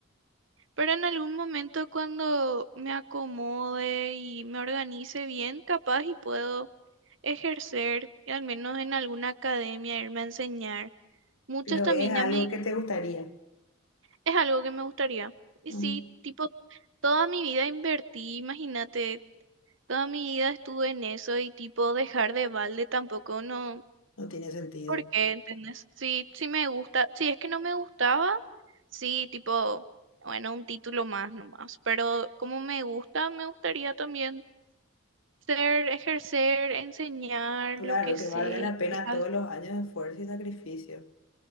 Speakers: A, on the right; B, on the left.
A: Pero en algún momento cuando me acomode y me organice bien, capaz y puedo ejercer, y al menos en alguna academia, irme a enseñar. Muchos
B: pero
A: también
B: es algo
A: ya me... di-
B: que te gustaría.
A: Es algo que me gustaría. Y
B: Mm,
A: sí, tipo, toda mi vida invertí, imagínate, toda mi vida estuve en eso y tipo, dejar de balde tampoco no
B: no tiene sentido.
A: ¿Por qué? ¿Entendés? Sí, sí me gusta. Si es que no me gustaba, sí, tipo, bueno, un título más nomás. Pero como me gusta, me gustaría también ser, ejercer, enseñar
B: Claro,
A: lo que
B: que
A: sé
B: valga
A: y
B: la pena
A: cosas.
B: todos
A: así.
B: los años de esfuerzo y sacrificio.